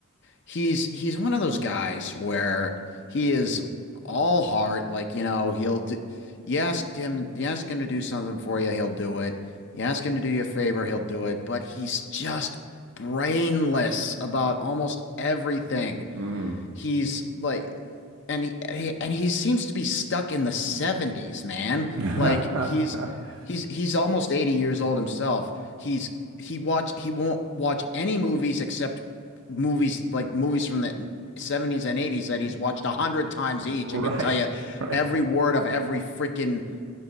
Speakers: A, on the left; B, on the right.
A: he's he's one of those guys where he is all heart. Like you know, he'll do, you ask him you ask him to do something for you, he'll do it. You ask him to do you a favor, he'll do it. But he's just brainless about almost everything.
B: on.
A: He's like, and he, he and he seems to be stuck in the 70s, man.
B: Mm.
A: Like he's
B: <laughs>
A: he's he's almost 80 years old himself. He's he watch he won't watch any movies except movies like movies from the 70s and 80s that he's watched a hundred times each
B: Right.
A: and can tell you
B: Right.
A: every word of every freaking